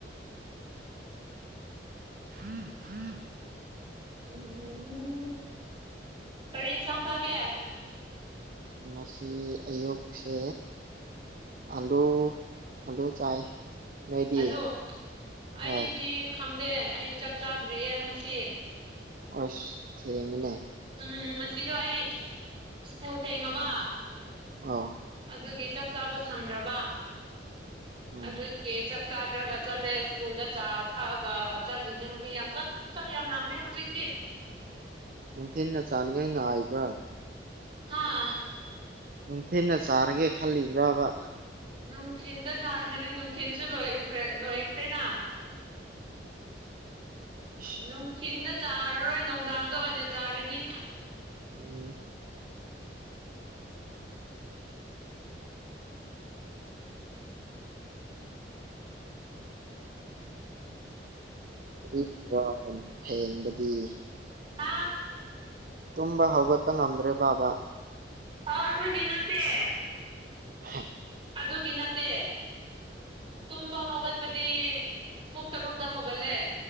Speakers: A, on the right; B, on the right.
A: <unintelligible>
B: ꯎꯝ ꯀꯔꯤ ꯏꯟꯁꯥꯡ ꯆꯥꯒꯦ
A: ꯉꯁꯤ ꯑꯌꯨꯛꯁꯦ ꯑꯂꯨ ꯑꯂꯨ ꯆꯥꯏ ꯅꯣꯏꯗꯤ
B: ꯑꯂꯨ
A: ꯍꯣꯏ
B: ꯑꯩꯗꯤ ꯈꯪꯗꯦ ꯑꯩ ꯆꯥꯛ ꯆꯥꯗ꯭ꯔꯤꯌꯦ ꯉꯁꯤ
A: ꯑꯁ ꯊꯦꯡꯉꯦꯅꯦ
B: ꯎꯝ ꯉꯁꯤꯗꯣ ꯑꯩ ꯁ꯭ꯀꯨꯜ ꯊꯦꯡꯉꯕ
A: ꯑꯣ
B: ꯑꯗꯨꯒꯤ ꯆꯥꯛ ꯆꯥꯕ ꯁꯪꯗ꯭ꯔꯕ
A: ꯑꯣ
B: ꯑꯗꯨꯒꯤ ꯆꯥꯛ ꯆꯥꯗ꯭ꯔꯒ ꯆꯠꯂꯦ ꯁ꯭ꯀꯨꯜꯗ ꯆꯥ ꯊꯛꯑꯒ ꯆꯠꯂꯤꯅꯦ ꯍꯧꯖꯤꯛ ꯌꯥꯝ ꯆꯥꯛ ꯆꯥꯛ ꯌꯥꯝ ꯂꯥꯝꯃꯦ ꯍꯧꯖꯤꯛꯇꯤ
A: ꯅꯨꯡꯊꯤꯜꯅ ꯆꯥꯅꯤꯉꯥꯢ ꯉꯥꯏꯕ꯭ꯔꯥ
B: ꯍꯥꯥ
A: ꯅꯨꯡꯊꯤꯟꯅ ꯆꯥꯔꯒꯦ ꯈꯜꯂꯤꯕ꯭ꯔꯕ
B: ꯅꯨꯡꯊꯤꯟꯗ ꯆꯥꯁꯤꯔ ꯅꯨꯡꯊꯤꯟꯁꯨ ꯂꯣꯢꯈ꯭ꯔꯦ ꯂꯣꯏꯈ꯭ꯔꯦꯅ
A: ꯏꯁ
B: ꯅꯨꯡꯊꯤꯟꯗ ꯆꯥꯔꯔꯣꯏ ꯅꯨꯡꯗꯥꯡꯗ ꯑꯣꯏꯅ ꯆꯥꯔꯅꯤ
A: ꯎꯝ
B: <unintelligible> <unintelligible>
A: ꯀꯔꯤꯒꯤꯔ ꯊꯦꯡꯕꯗꯤ
B: ꯍꯥ
A: ꯇꯨꯝꯕ ꯍꯧꯒꯠꯄ ꯉꯝꯗ꯭ꯔꯦ ꯕꯥꯕꯥ
B: ꯑ ꯑꯗꯨꯗꯤ ꯅꯠꯇꯦ
A: ꯍ
B: ꯑꯗꯨꯒꯤ ꯅꯠꯇꯦ ꯇꯨꯝꯕ ꯍꯧꯒꯠꯄꯗꯤ ꯄꯨꯡ ꯇꯔꯨꯛꯇ ꯍꯧꯒꯠꯂꯦ